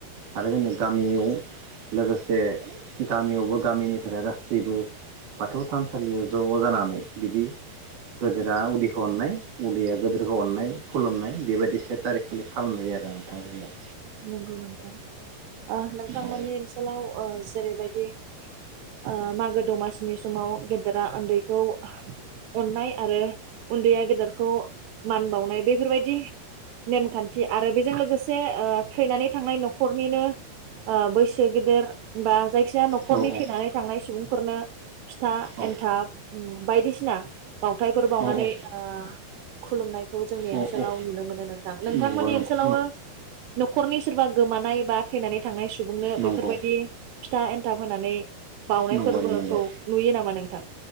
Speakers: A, on the right; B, on the right.
A: आरो जोंनि गामियाव लोगोसे गामियावबो गामिनिफोरा गासैबो बाथौ थानसालियाव ज' जानानै बिदि गोदोरा उदैखौ अननाय उदैया गदिरखौ अननाय खुलुमनाय बेबायदि से थारिखखालि खालामनाय जायो आरो नोंथां जोंनियाव
B: नंगौ नोंथां ओ नोंथांमोननि
A: औ
B: ओनसोलाव ओ जेरैबायदि ओ मागो दमासिनि समाव गेदेरा उन्दैखौ अननाय आरो उन्दैया गेदेरखौ मान बाव नाय बेफोरबायदि नेमखान्थि आरो बेजों लोगोसे ओ थैनानै थांनाय न'खरनिनो ओ बैसो गेदेर बा जायखिया न'खरनि
A: औ औ
B: थैनानै थांनाय सुबुंफोरनो फिथा
A: औ
B: एन्थाब बायदिसिना बावथायफोर बावनानै
A: औ
B: ओ खुलुमनाय खौ जोंनि ओनसोलाव
A: औ औ
B: नुनो मोनो नोंथां नोंथांमोननि
A: नंगौ नंगौ
B: ओनसोलावो नखरनि सि सोरबा गोमानाय बा थैनानै थांनाय सुबुंनो
A: नंगौ
B: बेफोरबायदि
A: नंगौ
B: फिथा एन्थाब होनानै बावनाय
A: नंगौ
B: फोरबोखौ
A: दे नंगौ
B: नुयो नामा नोंथां